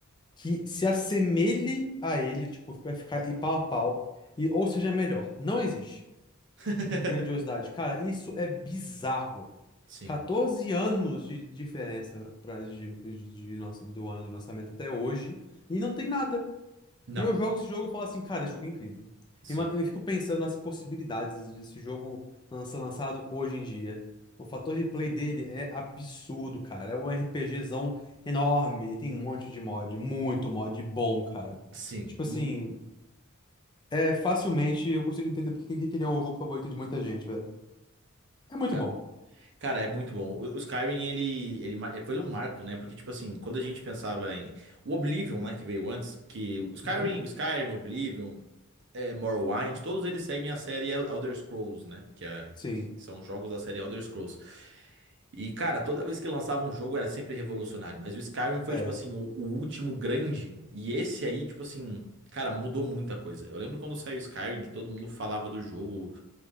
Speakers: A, on the left (about 20°); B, on the right (about 55°).
A: que se assemelhe a ele, tipo, vai ficar e pau a pau, e, ou seja melhor. Não existe.
B: <laughs>
A: Em grandiosidade. Cara, isso é bizarro.
B: Sim.
A: 14 anos de diferença pra, pra- de, de, de lança- do ano de lançamento até hoje. E não tem nada.
B: Não.
A: E eu jogo esse jogo e falo assim, cara, esse jogo é incrível.
B: Sim.
A: E ma- eu fico pensando nas possibilidades desse jogo lan- ser lançado hoje em dia. O fator de play dele é absurdo, cara. É um RPGzão enorme. E tem um monte de mod. Muito mod bom, cara.
B: Sim.
A: Tipo assim,
B: Hum,
A: é facilmente eu consigo entender porque que que ele é o jogo favorito de muita gente, velho. É muito
B: ca-
A: bom.
B: Cara, é muito bom. O o Skyrim, ele, ele, ma- ele foi um marco, né? Porque, tipo assim, quando a gente pensava em... O Oblivion, né, que veio antes, que o Skyrim,
A: Uhum.
B: o Skyrim, Oblivion, é, Morrowind, todos eles seguem a série El- Elder Scrolls, né? Que, é,
A: Sim.
B: que são jogos da série Elder Scrolls. E, cara, toda vez que lançava um jogo era sempre revolucionário. Mas o Skyrim foi,
A: era
B: tipo assim, o, o último grande. E esse aí, tipo assim... Cara, mudou muita coisa. Eu lembro quando saiu o Skyrim, que todo mundo falava do jogo